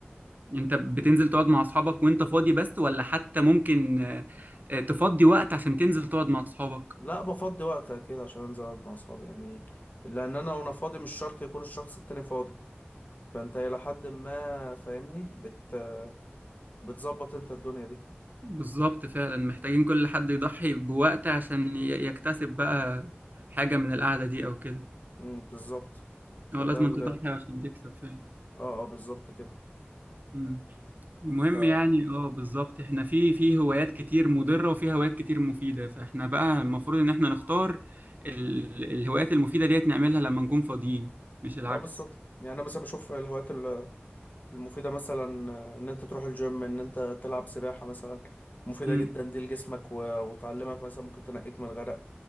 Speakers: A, on the right (about 45°); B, on the left (about 40°).
A: انت بتنزل تقعد مع اصحابك وانت فاضي بس ولا حتى ممكن آه، آه، تفضي وقت عشان تنزل تقعد مع اصحابك
B: لا بفضي وقت كده عشان انزل اقعد مع اصحابي يعني لان انا وانا فاضي مش شرط يكون الشخص التاني فاضي فانت الى حد ما فاهمني بت بتظبط انت الدنيا دي
A: بالظبط فعلا محتاجين كل حد يضحي بوقت عشان ي- يكتسب بقى حاجة من القعدة دي أو كده
B: امم بالظبط فده
A: هو لازم
B: ال
A: تضحي
B: اه
A: عشان تكسب فعلا
B: اه بالظبط كده
A: مم. المهم
B: ف
A: يعني اه بالظبط احنا في في هوايات كتير مضرة وفي هوايات كتير مفيدة فاحنا بقى المفروض ان احنا نختار ال... الهوايات المفيدة ديت نعملها لما نكون فاضيين مش العكس
B: اه بالظبط يعني انا مثلا بشوف الهوايات ال- المفيده مثلا ان انت تروح الجيم ان انت تلعب سباحه مثلا مفيده
A: مم.
B: جدا دي لجسمك و... وتعلمك مثلا ممكن تنقيك من الغرق